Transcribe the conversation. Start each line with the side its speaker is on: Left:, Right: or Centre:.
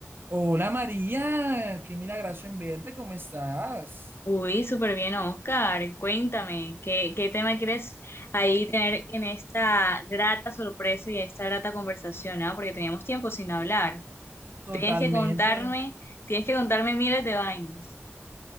Right: Hola María, qué milagroso en verte, ¿cómo estás?
Left: Uy, súper bien, Oscar. Cuéntame, ¿qué, qué tema quieres ahí tener en esta grata sorpresa y esta grata conversación, ah? Porque teníamos tiempo sin hablar.
Right: Totalmente,
Left: Tienes que contarme, tienes que contarme miles de vainas.